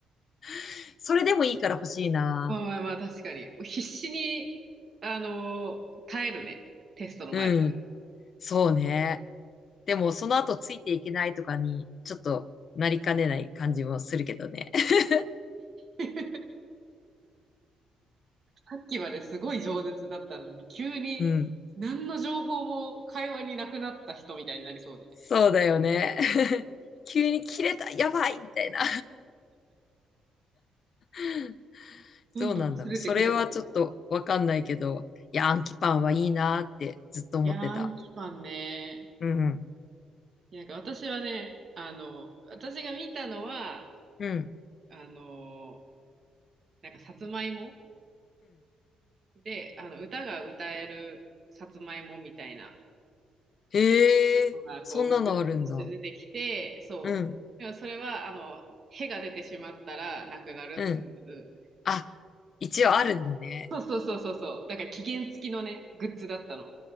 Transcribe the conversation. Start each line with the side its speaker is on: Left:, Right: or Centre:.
Left: <laughs> それでもいいから欲しいな。
Right: まあまあまあ、確かに。必死に、あのー耐えるね。テストの前だ。
Left: うん。そうね。でも、その後ついていけないとかに、ちょっとなりかねない感じもするけどね。<laughs>
Right: <laughs> さっきまですごい饒舌だったのに、急に何の情報も会話になくなった人みたいになりそうで。
Left: うん。そうだよね。<laughs> 急に切れた、やばいみたいな。<laughs>
Right: どんどん薄れていくとか。
Left: どうなんだろう。それはちょっとわかんないけど、いや、アンキパンはいいなーってずっと思ってた。
Right: いやー、アンキパンね。
Left: うんうん。
Right: なんか私はね、あの、私が見たのは、
Left: うん。
Right: あの、なんかさつまいもで、あの、歌が歌えるさつまいもみたいな。
Left: へえ、
Right: のがこうグッズとして出てきて、
Left: そんなのあるんだ。
Right: そう。
Left: うん。
Right: でもそれはあの、へが出てしまったらなくなるっていう。
Left: うん。あ、一応あるんだね。
Right: そうそうそうそうそう。だから期限付きのね、グッズだったの。